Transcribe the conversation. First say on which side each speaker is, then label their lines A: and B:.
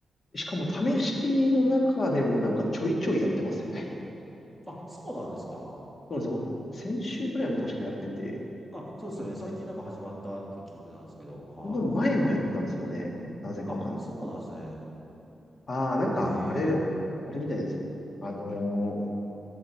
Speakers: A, on the left; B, on the left.
A: しかも試しの中でもなんかちょいちょいやってますよね。
B: あ、そうなんですか
A: そうなんですよ。お先週ぐらいも確かやってて、
B: あ、そうですよね。最近なんか始まったって聞いてたんですけど、はい。
A: その前もやってたんですよね。なぜかわかんない。
B: あ、そうなんですね。
A: ああ、なんか、
B: へ
A: あれ、
B: え。
A: あれみたいです。あのー